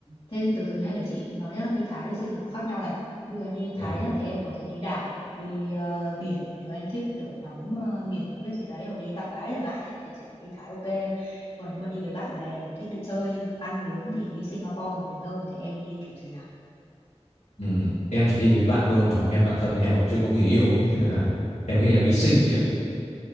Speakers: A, on the left; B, on the left.
A: Thế thì từ từ nhá để chị nói nhá đi Thái đi Sinh là nó khác nhau này bây giờ đi Thái
B: À, vâng.
A: nhá thì em có thể đi đảo đi ờ, biển nếu em thích kiểu ngắm ờ, biển là biết rồi đấy hoặc đi với bạn gái chẳng hạn ấy thì chị thấy đi Thái ok còn nếu mà đi với bạn bè thích đi chơi ăn uống thì đi Singapore hợp lý hơn thì em đi kiểu gì nào
B: Ừ, em chỉ đi với bạn thôi, nhóm em bạn thân em còn chưa có người yêu ấy, cho nên là em nghĩ em đi sinh
A: ừ.
B: chị ạ.